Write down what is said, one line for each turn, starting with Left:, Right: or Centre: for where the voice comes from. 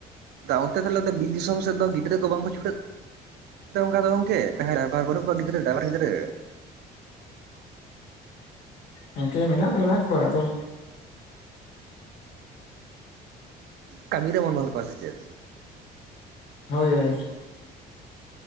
Right: ᱚᱱᱛᱮ ᱛᱟᱦᱚᱞᱮ ᱛᱚ ᱵᱤᱨ ᱫᱤᱥᱚᱢ ᱥᱮᱫ ᱫᱚ ᱜᱤᱫᱽᱨᱟᱹ ᱠᱚ ᱵᱟᱝᱠᱚ ᱪᱷᱩᱴᱟᱹᱜ ᱠᱟᱱᱟᱼᱼ ᱚᱱᱠᱟ ᱫᱚ ᱜᱚᱝᱠᱮ ᱰᱟᱭᱵᱟᱨ ᱵᱟᱹᱱᱩᱜ ᱠᱚᱣᱟ ᱜᱤᱫᱽᱨᱟᱹ ᱰᱟᱭᱵᱟᱨ ᱜᱤᱫᱽᱨᱟᱹᱼᱼ
Left: ᱜᱚᱝᱠᱮ ᱢᱮᱱᱟᱜ ᱫᱚ ᱢᱮᱱᱟᱜ ᱠᱚᱣᱟ ᱟᱫᱚᱼᱼ
Right: ᱠᱟᱹᱢᱤ ᱨᱮ ᱢᱚᱱᱚᱞ ᱠᱚᱣᱟ ᱥᱮ ᱪᱮᱫ᱾
Left: ᱦᱳᱭ-ᱦᱳᱭ᱾